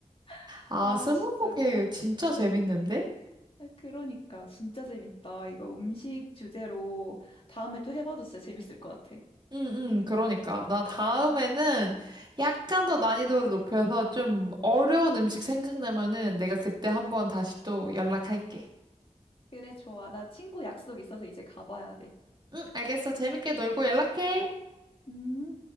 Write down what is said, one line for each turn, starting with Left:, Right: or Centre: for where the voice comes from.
Left: <laughs>
Right: 아,
Left: 아,
Right: 스무고개
Left: 진짜 웃기다.
Right: 진짜 재밌는데?
Left: 음. 아, 그러니까. 진짜 재밌다. 이거 음식 주제로 다음에 또 해봐도 진짜 재밌을 것 같아.
Right: 응, 응, 그러니까. 나 다음에는
Left: 음.
Right: 약간 더 난이도를 높여서 좀 어려운 음식 생각나면은 내가 그때 한번 다시 또 연락할게.
Left: 그래, 좋아. 나 친구 약속 있어서 이제 가봐야 돼.
Right: 응, 알겠어. 재밌게 놀고 연락해.
Left: 음.